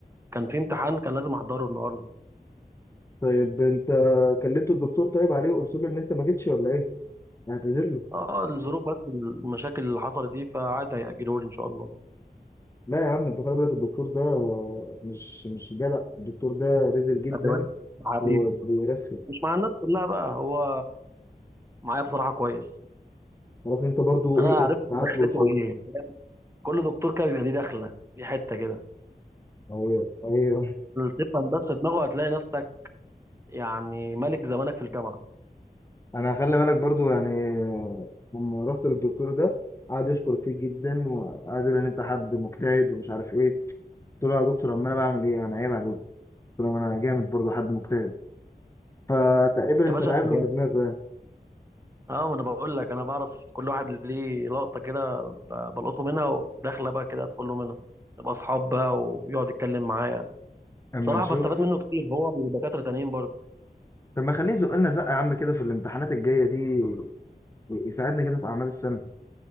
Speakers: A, on the right; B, on the left.
A: كان في امتحان كان لازم احضره النهاردة
B: طيب انت كلمت الدكتور طيب عليه وقلت له ان انت ما جيتش ولا ايه؟ اعتذر له
A: اه الظروف بس المشاكل اللي حصلت دي فعاد هيأجله لي ان شاء الله
B: لا يا عم انت خلي بالك الدكتور ده مش مش جدع الدكتور ده رزل جدا
A: خلي بالك حبيبي
B: هو بيرخم
A: مش مع الناس كلها بقى هو معايا بصراحة كويس
B: خلاص انت برضو
A: انا
B: ايه
A: عرفت
B: ابعت
A: دخلته
B: له وشوف
A: ايه فاهم؟ كل دكتور كده بيبقى ليه دخلة ليه حتة كده
B: اهي اهي
A: تفهم بس دماغه هتلاقي نفسك يعني ملك زمانك في الجامعة
B: انا خلي بالك برضو يعني لما رحت للدكتور ده قعد يشكر فيه جدا وقعد يقول ان انت حد مجتهد ومش عارف ايه قلت له يا دكتور امال انا بعمل ايه انا عيب عليك قلت له ما انا جامد برضو حد مجتهد فتقريبا
A: يا
B: انت
A: باشا
B: لعب
A: انت
B: له في دماغه يعني.
A: اه ما انا بقول لك انا بعرف كل واحد ليه لقطه كده ب- بلقطه منها وداخله بقى كده ادخل له منها نبقى اصحاب بقى ويقعد يتكلم معايا
B: اما
A: بصراحه
B: نشوف
A: بستفاد منه كتير هو ودكاتره تانيين برضه
B: طب ما خليه يزق لنا زقه يا عم كده في الامتحانات الجايه دي يساعدنا كده في اعمال السنه